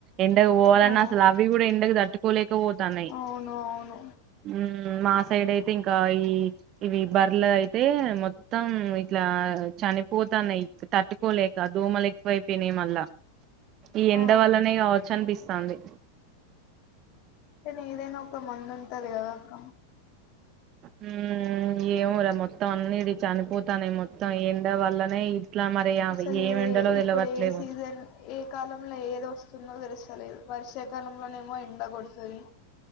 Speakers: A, on the right; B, on the left.
A: ఎండకు పోవాలన్నా
B: ఆ
A: అసలు అవి కూడా ఎండకు తట్టుకోలేక పోతన్నాయి
B: అవును అవును
A: ఉ మా సైడ్ అయితే ఇంకా ఈ ఇవి బేర్లే అయితే మొ మొత్తం ఇట్లా చనిపోతాన్నాయి తట్టుకోలేక దోమలు ఎక్కువైపోయినాయి మళ్ళా ఈ ఎండ
B: ఆ
A: వల్లనే కావచ్చు అనిపిస్తుంది సంధి
B: కానీ ఏదైనా ఒక మందు ఉంటది కదా అక్క
A: హ్మ్ ఏమరా మొత్తం అన్నిటి చనిపోతానే మొత్తం ఎండ వల్లనే ఇట్లా మరి అవి
B: అసలు
A: ఏం
B: ఇది
A: ఎండలో తెలవట్లేవు
B: ఇప్పుడు ఏ సీజన్ ఏ కాలంలో ఏది ఓస్తుందో తెలుసలేదు వర్షాకాలంలోనేమో ఎండ కొడుతుంది